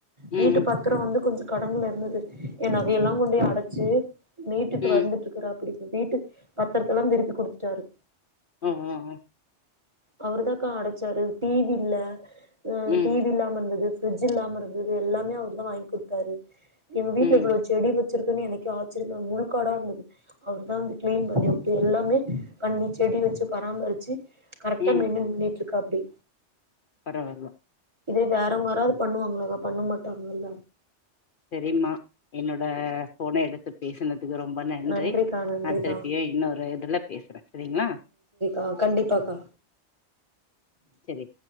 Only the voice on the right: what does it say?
வீட்டு
பத் திர வந்து கொஞ்ச கடன்ல இருந்தது என் நகை எல்லா கொண்டே அடச்சி மீட்டுட்டு
வந்துட்டு இருக்கிறா ப்படிப்பு வீட்டு பத்திரத்த எல்லா திருப்பி குடுத்துட்டாரு
அவர்தாக்கா அடைச்சாரு டிவி இல்ல
டிவி இல்லா ம்ந்துது ஃபிரிட்ஜ் இல்லாம இருந்துது எல்லாமே அவுர் தா வாங்கி குடுத்தாரு எங்க வீட்ல
இவ்ளோ செடி ச்சிருக்குன்னு எனக்கே ஆச்சரியமா முழுக்காடா இருந்துது அவரு தான் வந்து கிளீன் பண்ணிவுட்டு எல்லாமே பண்ணி செடி வச்சு பராமரிச்சி கரெக்டா
மெயின்ட்டன் பண்ணிட்டு இருக்காப்டி
இதே வேறவுங்க யாராது பண்ணுவாங்களாக்கா பண்ண மாட்டாங்கள்ல
நன்றிக்கா நன்றிக்கா
ஆ கண்டிப்பாக்கா